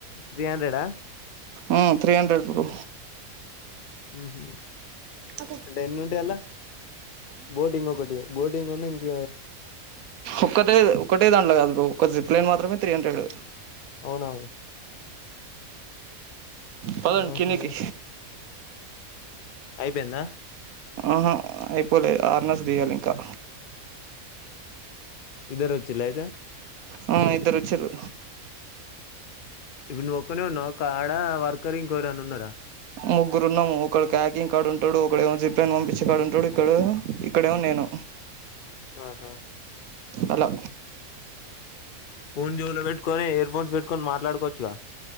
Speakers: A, on the left; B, on the right.
A: త్రీ హండ్రెడా
B: ఉ త్రీ హండ్రెడ్ బ్రో
A: ఉహు
B: ఉ
A: అంటే ఎన్ని ఉంటాయి అలా బోటింగ్ ఒకటి బోటింగ్ ఉన్న ఇంక
B: ఒకటే ఒకటే దాంట్లో కాదు ఒక జిప్లేన్ మాత్రమే త్రీ హండ్రెడు.
A: అవునా
B: పదండి
A: ఆహా
B: కిందకి
A: అయిపోయిందా
B: ఆహా అయిపోలేదు ఆరనాస్ దియాలింకా
A: ఇద్దరు వచ్చిలా అయితే
B: ఆ, ఇద్దరు వచ్చారు
A: ఇప్పుడు నువ్వు ఒక్కనే ఉన్నావు ఒక ఆడ వర్కర్ ఇంకోరన్న ఉన్నారా
B: ముగ్గురున్నాము ఒక క్యా ప్యాకింగ్ కార్డ్ ఉంటాడు ఒకక్కడేమో జిప్ని పంపించే కాడా ఉంటాడు ఇక్కడ ఇక్కడేమో నేను.
A: ఆహా
B: అలా
A: ఫోన్ జోవిలో పెట్టుకొని ఇయర్ ఫోన్స్ పెట్టుకొని మాట్లాడుకోవచ్చుగా.